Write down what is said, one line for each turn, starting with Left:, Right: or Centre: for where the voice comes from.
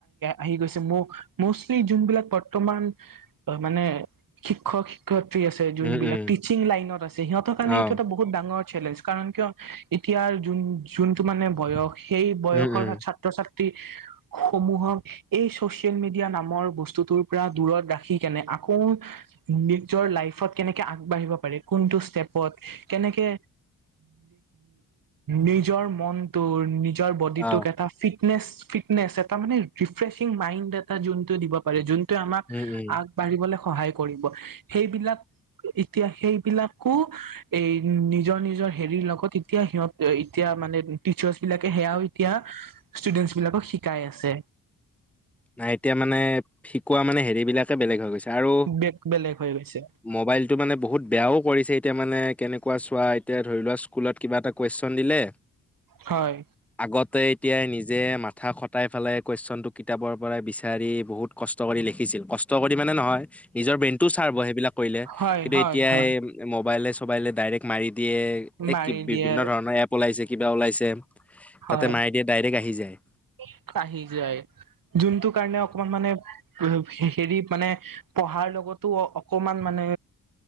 Right: আহি গৈছে মোষ্টলি যোনবিলাক বৰ্তমান মানে শিক্ষক শিক্ষয়িত্ৰী আছে যোন
Centre: উম
Right: বিলাক
Centre: উম
Right: টিচিং লাইনত আছে সিহঁতৰ কাৰণে
Centre: অ
Right: এইটো এটা বহুত ডাঙৰ চেলেঞ্জ কাৰণ কিয় এতিয়াৰ যোন যোনটো মানে বয়স সেই বয়সৰ
Centre: উম উম
Right: ছাত্ৰ ছাত্ৰী সমূহক এই চচিয়েল মিডিয়া নামৰ বস্তুটোৰ পৰা দূৰত ৰাখি কেনে আকৌ নিজৰ লাইফত কেনেকে আগবাঢ়িব পাৰে কোনটো ষ্টেপত কেনেকে নিজৰ মনটো নিজৰ বডিটোক
Centre: অ
Right: এটা ফিট ফিটনেছ ফিটনেছ এটা মানে ৰিফ্ৰেছিং মাইণ্ড এটা যোনটো দিব পাৰে যোনটো যোনটোৱে আমাক
Centre: উম উম
Right: আগবাঢ়িবলৈ সহায় কৰিব সেইবিলাক এতিয়া সেইবিলাকো এ নিজৰ নিজৰ হেৰিৰ লগত এতিয়া সিহঁত এতিয়া এতিয়া মানে টিচাৰচবিলাকে সেয়াও এতিয়া ষ্টুডেন্টচ বিলাকক শিকাই আছে
Centre: নাই এতিয়া মানে শিকোৱা মানে হেৰি বিলাকে বেলেগ হৈ গৈছে আৰু
Right: বে বেলেগ হৈ গৈছে
Centre: মোবাইলটো মানে বহুত বেয়াও কৰিছে এতিয়া মানে কেনেকে কোৱা চোৱা এতিয়া ধৰি লোৱা স্কুলত কিবা এটা কুৱেশন দিলে
Right: হয়
Centre: আগতে এতিয়াই নিজে মাথা খটাই পেলাই কুৱেশনটো কিতাপৰ পৰা বিচাৰি বহুত কষ্ট কৰি লিখিছিল কষ্ট কৰি মানে নহয় নিজৰ ব্ৰেইনটোও চাৰ্ভ হয় সেইবিলাক কৰিলে
Right: হয়
Centre: কিন্তু
Right: হয়
Centre: এতিয়াই
Right: হয়
Centre: মোবাইলে চবাইলে ডাইৰেক্ট মাৰি দিয়ে দিয়ে
Right: মাৰি
Centre: এই
Right: দিয়ে
Centre: বিভিন্ন ধৰণৰ এপ ওলাইছে কিবা ওলাইছে
Right: হয়
Centre: তাতে মাৰি দিয়ে ডাইৰেক্ট আহি যায়
Right: কুইক আহি যায় যোনটো কাৰণে অকমান মানে হেৰি মানে পঢ়াৰ লগতো অকমান মানে